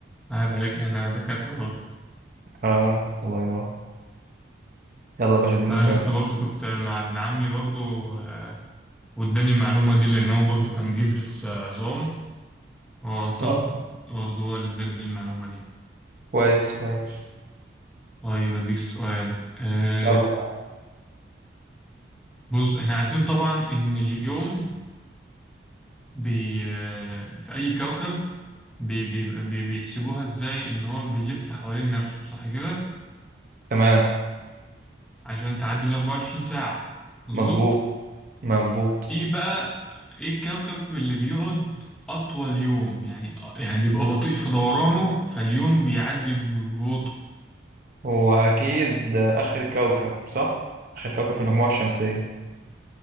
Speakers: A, in the centre; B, on the right.
A: عيب عليك احنا دكاترة برضه
B: اه الله ينور يلا يا باشا اديني
A: فأنا
B: سؤال
A: لسه برضه كنت مع ابن عمي برضه آه، واداني المعلومة دي لأن هو برضه كان بيدرس آه، عظام اه طب
B: آه،
A: برضه هو اللي اداني المعلومة دي
B: كويس كويس
A: طيب اديك سؤال آه
B: يلا بقى.
A: بص احنا عارفين طبعا ان اليوم بي آه في اي كوكب بي بي بي بيحسبوها ازاي ان هو بيلف حوالين نفسه صح كده
B: تمام
A: عشان تعدي ال 24 ساعة مظبوط
B: مظبوط مظبوط
A: ايه بقى ايه الكوكب اللي بيقعد اطول يوم يعني يعني بيبقى بطيء في دورانه فاليوم بيعدي ببطء
B: هو أكيد آخر كوكب صح آخر كوكب في المجموعة الشمسية